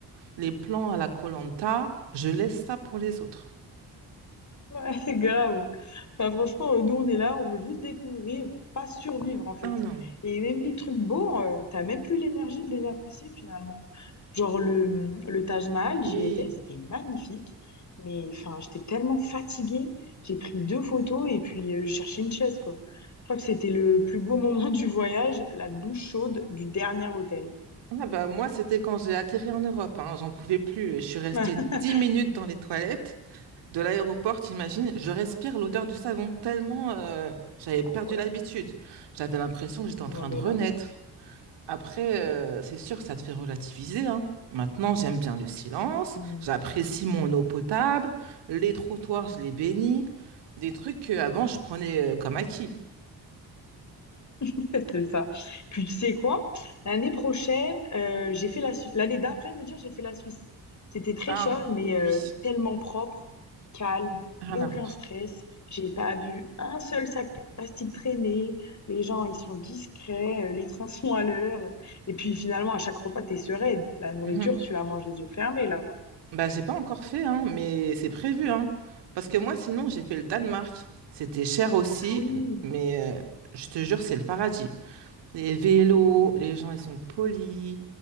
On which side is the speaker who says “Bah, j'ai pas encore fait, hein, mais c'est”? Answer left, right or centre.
Right